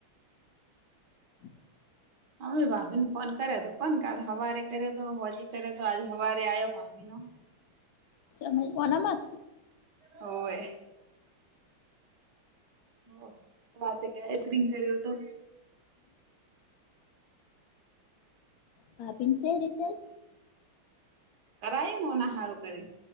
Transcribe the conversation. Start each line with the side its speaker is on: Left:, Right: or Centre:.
Left: <inaudible>
Right: હાવે ભાભી ને ફોન કર્યો તો કોણ કાલ હવારે કર્યો તો, હોજી કર્યો તો આજ હવારે આવ્યો ભાભી નો
Left: <unintelligible> આનમાજ
Right: હોવે હો વાત કેતેરિન કર્યો તો
Left: પાપીન છેે રિચાર્જ
Right: કરાયમ ઓના સારું કરે